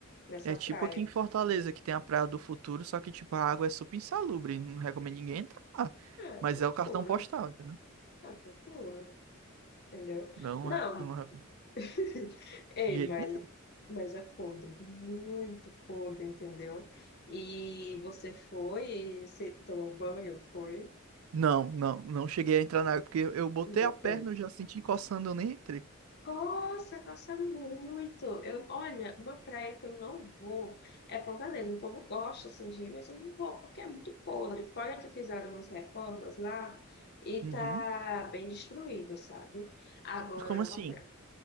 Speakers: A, on the left; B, on the right.
A: nessa
B: É tipo
A: praia.
B: aqui em Fortaleza, que tem a Praia do Futuro, só que, tipo, a água é super insalubre, não recomendo ninguém entrar lá.
A: Ah,
B: Mas
A: futuro.
B: é o cartão postal, entendeu?
A: Ah, futuro. Entendeu?
B: Não
A: Não.
B: é, não é
A: <laughs> Ei,
B: de jeito
A: mas,
B: nenhum.
A: mas é podre. Muito podre, entendeu? E você foi e se tomou banho? Foi?
B: Não, não, não cheguei a entrar na água, porque eu eu botei
A: Ainda
B: a perna,
A: bem.
B: eu já senti coçando, eu nem entrei.
A: Nossa, gosta muito. Eu, olha, uma praia que eu não vou é Ponta Negra. O povo gosta assim, de ir, mas eu não vou, porque é muito podre. Fora que fizeram umas reformas lá e
B: Uhum.
A: tá bem destruído, sabe? Agora,
B: Como assim?
A: uma praia